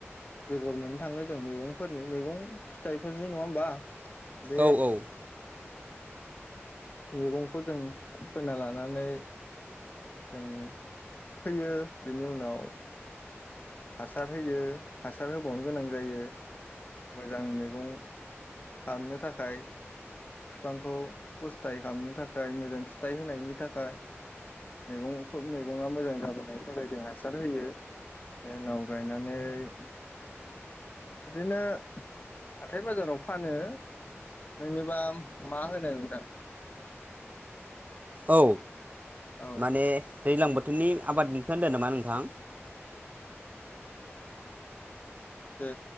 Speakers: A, on the left; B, on the right.
A: बेगर मोननो थाङो जों मैगंफोरनि मैगं फिथाइफोरनि नङा होमबा बे
B: औ औ
A: मैगंखौ जों फोना लानानै जों फोयो बेनि उनाव हासार होयो हासार होबावनो गोनां जायो मोजां मैगं खालामनो थाखाय फिफांखौ फस्थाय खालामनो थाखाय मोजां फिथाइ होनायनि थाखाय मैगंखौ मैगङा मोजां जाबोनायनि थाखाय जों हासार होयो जे उनाव गायनानै बिदिनो हाथाय बाजाराव फानो नोंनोबा मा होनो नोंथां
B: औ
A: औ
B: माने दैज्लां बोथोरनि आबाद होनदो नामा नोंथां
A: दे